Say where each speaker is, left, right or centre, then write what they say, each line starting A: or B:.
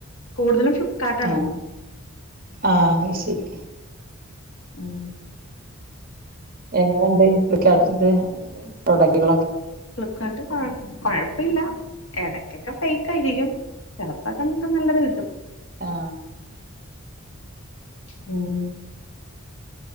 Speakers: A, on the left; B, on the right.
A: കൂടുതലും ഫ്ലിപ്കാർട്ടാണ്
B: ആഹ ആഹ അത് ശരി
A: ഉം
B: എങ്ങനെയണ്ട് വിളിക്കട്ടത് പ്രൊഡക്ടുകളൊക്കെ
A: ഫ്ലിപ്പ്കാർട്ട് കൊഴപ്പില്ല ഇടക്കൊക്കെ ഫേക്ക് ആയിരിക്കും ചെിലപ്പോൊക്കെ നമുക്ക് നല്ലത് കിട്ടും
B: ആഹ
A: ആഹ